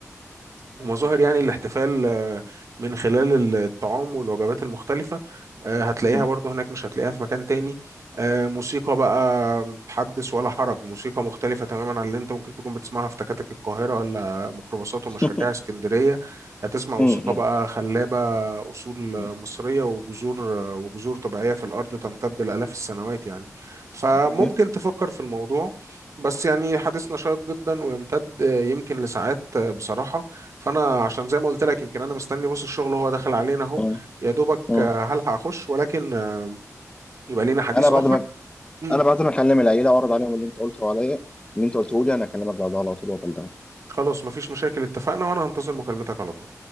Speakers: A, on the right; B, on the left.
A: ومظاهر يعني الاحتفال آه، من خلال الطعام والوجبات المختلفة آه، هتلاقيها
B: مم.
A: برضو هناك مش هتلاقيها في مكان تاني آه، موسيقى بقى حدث ولا حرج موسيقى مختلفة تماما عن اللي انت ممكن تكون بتسمعها في تكاتك القاهرة ولا ميكروباصات ومشاريع
B: <laughs>
A: اسكندرية هتسمع موسيقى
B: مم،
A: بقى خلابة أصول آه،
B: مم.
A: مصرية وجذور آه، وجذور طبيعية في الأرض تمتد لآلاف السنوات يعني فممكن
B: ايوه
A: تفكر في الموضوع بس يعني حديثنا شيق جدا ويمتد آه، يمكن لساعات آه، بصراحة فانا عشان زي ما قلت لك يمكن انا مستني بص الشغل وهو داخل علينا اهو
B: مم،
A: يا دوبك
B: مم.
A: آه، هل هخش ولكن آه، يبقى لينا حديث
B: انا بعد
A: اخر
B: ما
A: امم
B: انا بعد ما اكلم العيله واعرض عليهم اللي انت قلته عليا اللي انت قلته لي انا اكلمك بعدها على طول وابلغك
A: خلاص مفيش مشاكل اتفقنا وانا هنتظر مكالمتك على طول